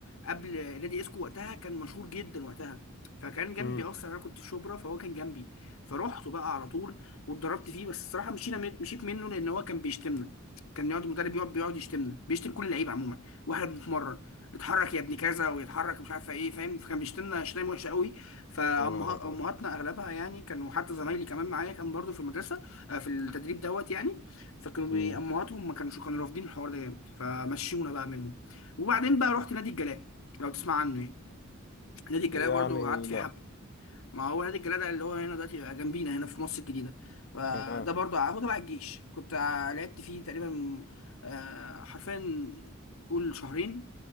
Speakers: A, on the left; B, on the left.
A: قبل نادي اسكو وقتها كان مشهور جدا وقتها فكان جنبي
B: مم.
A: اصلا انا كنت في شبرا فهو كان جنبي فروحته بقى على طول واتدربت فيه بس الصراحه مشينا من- مشيت منه لان هو كان بيشتمنا كان يقعد المدرب يقعد بيقعد يشتمنا بيشتم كل اللعيبه عموما واحنا بنتمرن اتحرك يا ابن كذا ويتحرك مش عارفه ايه فاهم فكان بيشتمنا شتايم وحشه قوي فامهاتنا
B: يا نهار ابيض
A: اغلبها يعني كانوا حتى زمايلي كمان معايا كان برضو في المدرسه آه، في التدريب دوت يعني فكانوا بي-
B: مم.
A: امهاتهم ما كانوش كانوا رافضين الحوار ده جامد فمشونا بقى منهم وبعدين بقى رحت نادي الجلاء لو تسمع عنه يعني نادي الجلاء
B: يعني
A: برضو قعدت فيه
B: لا
A: حبه ما هو نادي الجلالة اللي هو هنا دلوقتي بقى جنبينا هنا في مصر الجديدة فده
B: آه.
A: برضه هو تبع الجيش كنت ع- لعبت فيه تقريبا آه، حرفيا قول شهرين